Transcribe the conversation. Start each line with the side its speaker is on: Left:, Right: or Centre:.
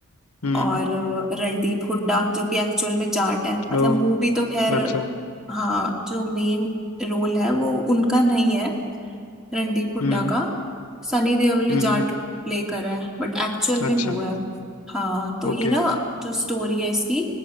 Left: हम्म
Centre: और अ, रणदीप हुड्डा जो कि एक्चुअल में जाट है मतलब
Left: ओ
Centre: मूवी तो खैर
Left: अच्छा
Centre: हाँ जो मेन रोल है वो उनका नहीं है रणदीप हुड्डा
Left: हम्म
Centre: का सनी देओल ने
Left: हम्म
Centre: जाट प्ले करा है बट एक्चुअल
Left: अच्छा
Centre: में वो है हाँ तो
Left: ओके
Centre: ये ना जो स्टोरी है इसकी